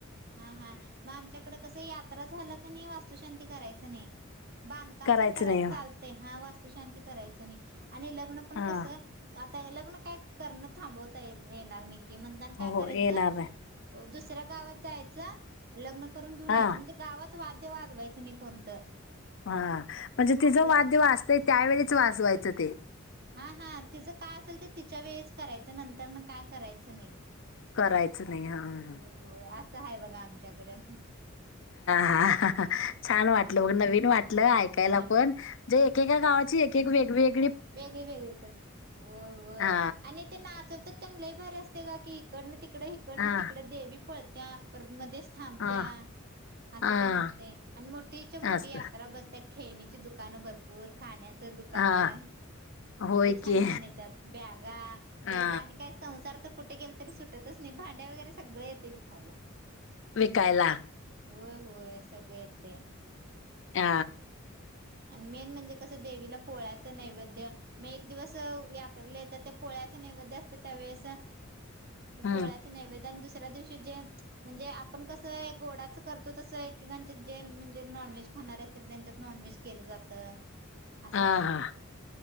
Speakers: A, on the right; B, on the left.
A: हा हा मग आमच्याकडे कस यात्रा झालं क नाही, वास्तुशांती करायचं नाही. बांधकाम
B: करायचं
A: ते करायला
B: नाही
A: चालतंय हा वास्तु शांती करायचं नाही. आणि लग्न पण
B: हा
A: कसं लग्न काय करण थांबवता येणार नाही की म्हना काय
B: हो
A: करायचं
B: येणार नाही
A: दुस दुसऱ्या गावात जायचं लग्न करून घेऊन
B: हा
A: यायचं. म्हणजे गावात वाद्य वाजवायचं नाही कोणतं.
B: हा म्हणजे तिजा
A: असं
B: वाद्य वाचतय त्यावेळीच वाजवायचं ते.
A: हा हा तिचं काय असेल तर तिच्या वेळीच करायचं, नंतर ना काय करायचं नाही.
B: करायचं नाही हा हा
A: होय होय असं आहे बघा आमच्याकडं.
B: हा. हा हा
A: ह
B: छान वाटलं बघ नवीन वाटलं ऐ कायला
A: न
B: पण एकेका गावाची एक-एक वेगवेग
A: वेगळे-वेगळे पण होय होय
B: हा
A: आणि ते नाचवतात तेन लई भारी अस ते का की इकडनं तिकडं, इकडनं
B: हा
A: तिकडं देवी पळत्या परत मध्येच थांबत्या.
B: हा
A: असं
B: हा
A: ते नाचते आणि मोठीच्या मोठी
B: असत
A: यात्रा बसते खेळणीची दुकानं भरपूर खाण्याचं दुकानं
B: हा होय
A: लई छान-छान
B: की
A: येतात, बॅगा
B: हा
A: परत आणि काय संसार तर कुठे गेलं तरी सुटतच नाही भांड्या वगरे सगळे येते विकायला.
B: विकायला
A: होय-होय सगळे येते.
B: आ
A: आणि मेन म्हणजे कसं देवीला पोळ्या चा नैवेद्य म एक दिवस यात्रेला येतात तर पोळ्याच नैवेद असते त्यावेेळेस अ
B: हम्म
A: पोळ्याचा नैवेद्यन दुसऱ्या दिवशी जे म्हणजे आपण कसं आहे गोडाचा करतो तसं पूर्ण एकेकांचा जे म्हणजे नॉनव्हेज खाणारे असतात, त्यांच्यात नॉनव्हेज केलं जातं. असं
B: हा
A: असते
B: हा